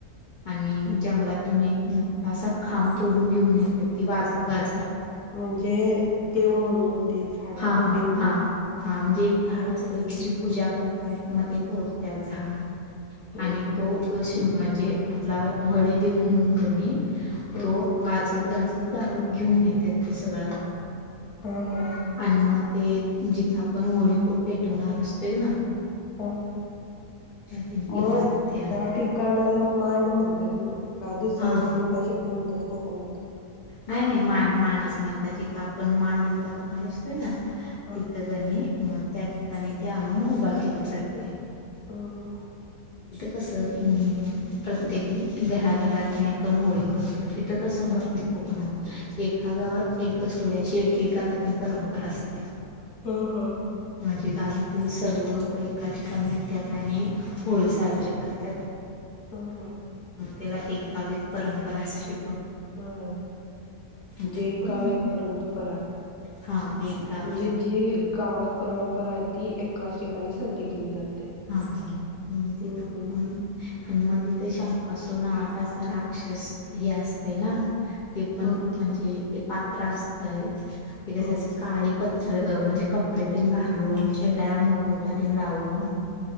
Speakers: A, on the left; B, on the left.
A: आणि जंगलात त्यातून एक मोठा अस खांब तोडून घेऊन येत्यात ती वाजत गाजतं
B: म्हणजे देव म्हणून ते झाडाचा
A: हा हा
B: देव म्हणून
A: हा हा म्हणजे एक झाड असत्य
B: हम्म
A: तेझी पूजा करत त्यात मग ते तोडत्यात झाड.
B: हम्म
A: आणि
B: हम्म
A: तो अश म्हणजे आपला व्हळी देव म्हणून कणई
B: हम्म
A: तो
B: हम्म
A: वाज वाजत गाजत गावात घेऊन येत्यात ते सगळं
B: हा हा
A: आणि मग ते जिथे आपण होळी पो पेटवणार असतो तेईना
B: हा
A: तेन
B: मग
A: केली जात्या.
B: त्या ठिकाणाला मांड म्हणत्यात नव्हं काय दुसरा
A: हां,
B: कोणता शब्द म्हणतात कोकणात
A: नाही नाही मांड मांडच म्हणतात जिथं आपण मांड उभा करणार असतोय ना
B: हा
A: तिथं कणीई मग त्या ठिकाणी ते आणून उभा केल जातय
B: हम्म, हम्म
A: कसं हम‌् प्रत्येक घराघरात आपण होळी करतोय तिथं तसं नसतील
B: हा
A: कोकणात एका गावात एकच होळ अशी एक एक गावातनी परंपरा असत्या.
B: हम् हम्
A: म्हणजे गावातील सर्व लोक एका ठिका मिळतात आणि होळी साजरी करत्यात.
B: हो हो
A: तेला एक गाव एक परंपरा असते.
B: हा हा म्हणजे
A: मग तिथं
B: एक
A: पण
B: गाव एक परंपरा
A: हा एक गाव
B: म्हणजे
A: एक
B: जे गावात परंपरा आहे ती एकाच ठिकाणी साजरी केली जाते.
A: हा ह तिथ
B: हम्म हम्म
A: आणि मग तिथे शंका असत नावाचा असा राक्षस हे असतय ना. ते पण
B: हम्म हम्म
A: म्हणजे ते पात्र असत काय? ते कस
B: हम्म
A: असं काळी पत् म्हणजे कपडे तेन घालून चेहऱ्याला मुक मुकोटा तेन लावून